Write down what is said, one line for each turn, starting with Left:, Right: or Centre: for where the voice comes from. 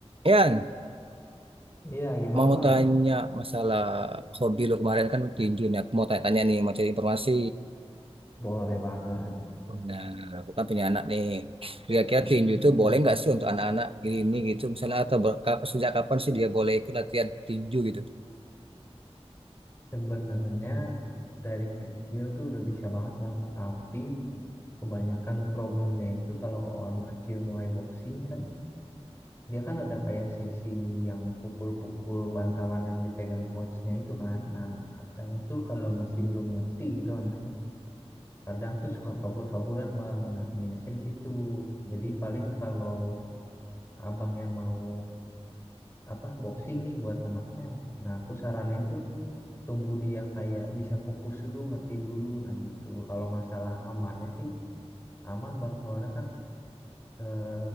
Right: Yan,
Left: Iya, gimana
Right: mau
Left: Bang?
Right: tanya masalah hobi lo kemarin kan tinju nih. Aku mau tanya-tanya nih, mau cari informasi.
Left: Boleh banget.
Right: Nah, aku kan punya anak nih. Kira-kira
Left: Mm-mm,
Right: tinju itu
Left: mm-mm.
Right: boleh nggak sih untuk anak-anak gini gitu? Misalnya atau ber- kap- sejak kapan sih dia boleh ikut latihan tinju gitu?
Left: Sebenarnya dari kecil tuh udah bisa banget Bang, tapi kebanyakan problemnya itu kalau orang kecil mulai boxing kan, dia kan ada kayak sesi yang pukul-pukul bantalan yang dipegang coachnya itu kan. Nah, kadang tuh kalau masih belum ngerti gitu anaknya, kadang tuh suka kabur-kaburan Bang. Nah, minusnya di situ. Jadi paling kalau abangnya mau apa boxing nih buat anaknya, Nah, aku saranin tuh tunggu dia kayak bisa fokus dulu ngerti dulu nah gitu kalau masalah amannya sih aman bang soalnya kan eh,